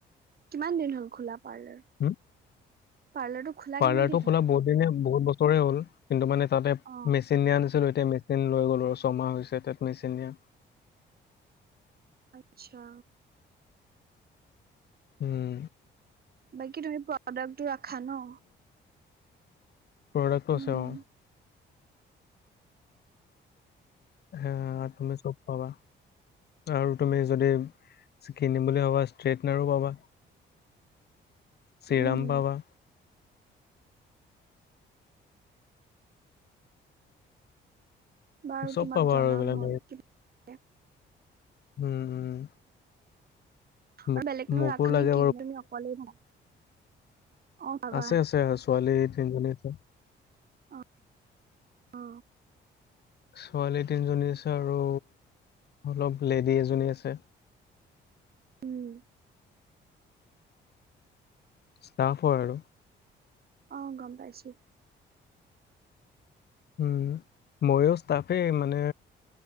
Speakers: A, on the right (about 50°); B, on the left (about 55°).
A: কিমান দিন হ'ল খোলা পাৰ্লাৰ-পাৰ্লাৰটো
B: হু?
A: খোলা
B: পাৰ্লাৰটো
A: কিমান দিন
B: খোলা
A: হ'ল।
B: বহুত দিনে বহুত বছৰে হ'ল কিন্তু মানে তাতে
A: অ
B: মেচিনিয়া আনিছিলো। ততে মেচিন লৈ গ'লো আৰু ছমাহ হৈছে তাত মেচিন দিয়া।
A: আচ্ছা।
B: উম
A: বাকী তুমি প্ৰডাক্টটো ৰাখা ন।
B: প্ৰডাকট আছে
A: উম
B: অ, হ আৰু তমি চব পাবা। আৰু তুমি যদি কিনিম বুলি ভাবা ষ্ট্ৰেইটনাৰো পাবা। চিৰাম
A: উম
B: পাবা।
A: বাৰু
B: চব
A: তোমাক
B: পাবা
A: জনাম
B: আৰু এইবিলাক
A: মই কিবা
B: উম - উম।
A: আৰু
B: মোক
A: বেলেগ মানুহ
B: মোকো
A: ৰাখা
B: লাগে
A: নেকি? তুমি অকলেই থাকা? অ পাবা
B: আছে-আছে অ, ছোৱালী তিনজনী আছে।
A: অ অ
B: ছোৱালী তিনিজনী আছে আৰু অলপ লেডী এজনী আছে। <inaudible>
A: উম
B: ষ্টাফ হ'য় আৰু।
A: অ, গম পাইছো।
B: উম, ময়ো ষ্টাফেই মানে